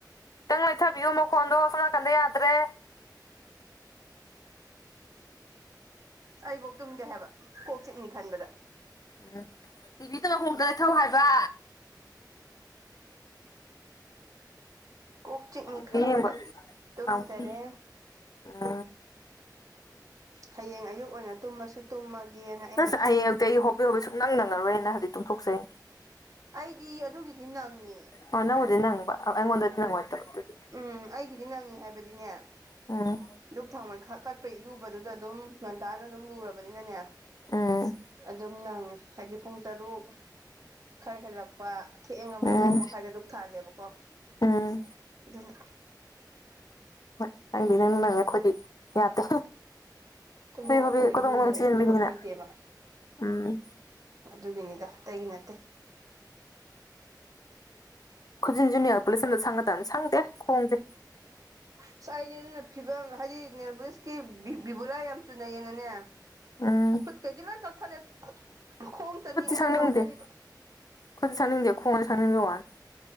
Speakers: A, on the left (about 55°); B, on the right (about 50°).
A: ꯈꯤꯇꯪ ꯂꯩꯩꯊꯕꯤꯌꯣ ꯃꯈꯣꯟꯗꯣ ꯁꯣꯟ ꯅꯥꯀꯟꯗ ꯌꯥꯗ꯭ꯔꯦ꯫
B: ꯑꯩꯕꯥꯎ ꯇꯨꯝꯗꯦ ꯍꯥꯏꯕ ꯀꯣꯛ ꯆꯤꯛꯅꯤ ꯈꯟꯕꯗ꯫
A: ꯎꯝ ꯇꯤꯚꯤꯗꯣ ꯃꯈꯣꯟ ꯈꯔ ꯂꯩꯊꯧ ꯍꯥꯏꯕ꯫
B: ꯀꯣꯛ ꯆꯤꯛꯅꯤ ꯈꯟꯕꯗ
A: ꯇꯤꯚꯤ ꯌꯦꯡꯕ
B: ꯇꯨꯝꯗꯔꯦ
A: ꯀꯥꯡꯕꯨ ꯑ꯫
B: ꯍꯌꯦꯡ ꯑꯌꯨꯛ ꯑꯣꯏꯅ ꯇꯨꯝꯃꯁꯨ ꯇꯨꯝꯃꯒꯦꯅ ꯑꯩꯅ
A: ꯅꯪꯁ ꯍꯌꯦꯡ ꯑꯌꯨꯛꯇ ꯑꯩ ꯍꯣ ꯍꯣꯕꯦ ꯍꯣꯕꯦ ꯁꯨꯛꯅꯪ ꯅꯪꯉꯔꯣꯏꯅ ꯍꯧꯖꯤꯛ ꯇꯨꯝꯊꯣꯛꯆꯩ꯫
B: ꯑꯩꯗꯤ ꯑꯗꯨꯒꯤꯗꯤ ꯅꯪꯉꯦ꯫
A: ꯑꯣ ꯅꯪꯕꯨꯗꯤ ꯅꯪꯕ ꯑꯥ ꯑꯩꯉꯣꯟꯗꯗꯤ ꯅꯪꯉꯣꯏꯗꯕ ꯑꯗꯨ꯫
B: ꯎꯝ ꯑꯩꯒꯤꯗꯤ ꯅꯪꯉꯤ ꯍꯥꯏꯕꯗꯤꯅꯦ
A: ꯎꯝ
B: ꯗꯨꯛ ꯊꯥꯎꯃꯩ ꯈꯛ ꯀꯠꯄꯩ ꯏꯔꯨꯕꯗꯨꯗ ꯑꯗꯨꯝ ꯉꯟꯇꯥꯅ ꯑꯗꯨꯝ ꯂꯨꯔꯕꯅꯤꯅꯅꯦ
A: ꯑꯣ꯫
B: ꯑꯗꯨꯝ ꯅꯪꯉꯦ ꯍꯥꯏꯗꯤ ꯄꯨꯡ ꯇꯔꯨꯛ ꯈꯔ ꯍꯦꯜꯂꯛꯄ ꯊꯦꯡꯉꯕꯗ
A: ꯎꯝ
B: ꯇꯔꯨꯛ ꯃꯈꯥꯏꯗ ꯗꯨꯛ ꯊꯥꯜꯂꯦꯕꯀꯣ꯫
A: ꯎꯝ꯫
B: ꯑꯗꯨꯅ
A: ꯍꯣꯏ ꯅꯪꯗꯤ ꯏꯅꯪ ꯅꯪꯉꯦ ꯑꯩꯈꯣꯏꯗꯤ ꯌꯥꯗꯦ꯫
B: ꯇꯨꯝ ꯍꯧꯒꯠꯄꯒ
A: ꯍꯣꯕꯦ ꯀꯣꯗꯣꯡꯂꯣꯝ
B: ꯏꯔꯨꯖꯔꯦ
A: ꯆꯦꯟꯕꯤꯅꯤꯅ
B: ꯊꯕꯛ ꯂꯩꯇꯦꯕ꯫
A: ꯎꯝ
B: ꯑꯗꯨꯒꯤꯅꯤꯗ ꯑꯇꯩꯒꯤ ꯅꯠꯇꯦ꯫
A: ꯈꯨꯖꯤꯟꯖꯨ ꯅꯦꯜ ꯄꯣꯂꯤꯁ ꯑꯝꯇ ꯁꯪꯒꯗꯝꯅꯦ ꯁꯪꯗꯦ ꯈꯣꯡꯖꯦ꯫
B: ꯑꯁ ꯑꯩꯗꯤ ꯑꯗꯨꯅ ꯐꯤꯕꯝ ꯍꯥꯏꯗꯤ ꯅꯦꯜ ꯄꯨꯂꯤꯁꯀꯤ ꯕꯤ ꯕꯤꯕꯨꯂꯥ ꯌꯥꯝ ꯆꯨꯅꯩꯌꯦꯅꯅꯦ
A: ꯎꯝ
B: ꯈꯨꯠꯀꯩꯗꯤ ꯂꯣꯏ ꯀꯛꯊꯠꯂꯦ ꯈꯣꯡꯇꯅꯤ ꯑꯩꯅ
A: ꯁꯪꯅꯤꯡꯗꯦ
B: ꯆꯧꯖꯔꯤꯕ꯫
A: ꯈꯨꯠꯇꯤ ꯁꯪꯅꯤꯡꯗꯦ ꯈꯣꯡꯁꯦ ꯁꯪꯅꯤꯡꯕꯩ ꯋꯥꯅꯤ꯫